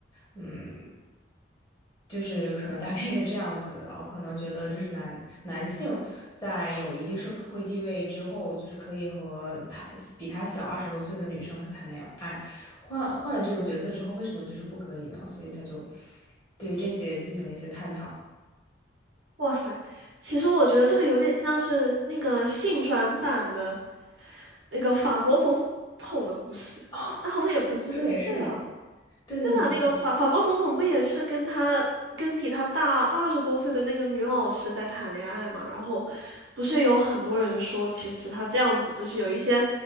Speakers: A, on the left (about 20°); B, on the right (about 80°).
A: 嗯，就是可能大概一个这样子，然后可能觉得就是男男性在有一定社会地位之后，就是可以和他比他小二十多岁的女生谈恋爱，换换了这个角色之后，为什么就是不可以呢？所以他就对这些进行了一些探讨。
B: 哇塞，其实我觉得这个有点像是那个性转版的那个法国总统的故事，
A: 哦，
B: 啊，好像也不是，
A: 你这么说也是哎，
B: 对吧？
A: 对对。
B: 对吧？那个法法国总统不也是跟他跟比他大二十多岁的那个女老师在谈恋爱嘛？然后不是有很多人说，其实他这样子就是有一些